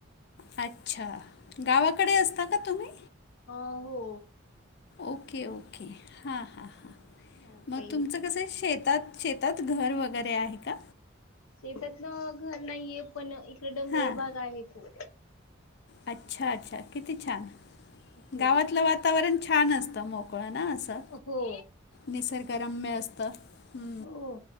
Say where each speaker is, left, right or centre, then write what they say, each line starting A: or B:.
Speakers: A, on the left; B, on the left.
A: अच्छा गावाकडे असता का तुम्ही?
B: अ हो.
A: ओके ओके हां हां
B: हो काही
A: तुमचं कसं शेत. त्याच शेतात घर वगैरे आहे का.
B: शेतात ना घर नाहीये पण इकड डोंगळ
A: हां
B: भाग आहे खूप
A: अच्छा अच्छा किती छान
B: हो
A: गावातलं वातावरण छान असतं मोकळं ना असं.
B: हो
A: निसर्गरम्य असत हम
B: हो